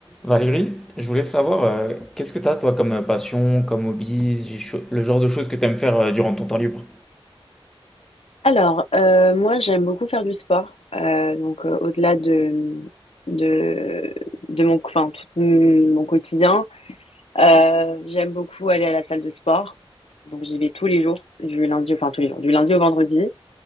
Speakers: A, in the centre; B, on the left (about 80°).
A: Valérie, je voulais savoir, euh, qu'est-ce que t'as toi comme euh, passion, comme hobby, du cho- le genre de choses que t'aimes faire euh, durant ton temps libre?
B: Alors, euh, moi, j'aime beaucoup faire du sport. Euh, donc, euh, au-delà de, de, de mon, enfin, tout mon quotidien, euh, j'aime beaucoup aller à la salle de sport. Donc, j'y vais tous les jours, du lundi, enfin, tous les jours, du lundi au vendredi.